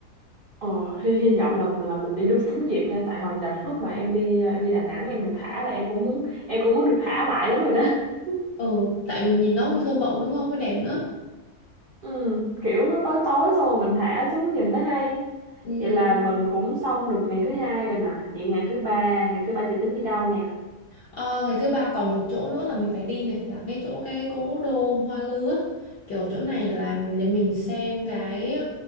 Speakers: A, on the right; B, on the left.
A: Ờ, hy hy vọng là là mình đi đúng trúng dịp nha tại hồi đợt lúc mà em đi à, em đi Đà Nẵng em được thả là em cũng muốn em cũng muốn được thả lại lắm rồi đó <laughs>
B: ừ tại vì nhìn nó cũng thơ mộng đúng không với đẹp nữa
A: ừ, kiểu nó tối tối xong rồi mình thả xuống nhìn nó hay
B: ừ.
A: vậy là mình cũng xong được ngày thứ hai rồi nè vậy ngày thứ ba ngày thứ ba chị tính đi đâu nè
B: Ờ, ngày thứ ba còn một chỗ nữa là mình phải đi này là cái chỗ cái cố đô Hoa Lư á kiểu chỗ này là để mình xem cái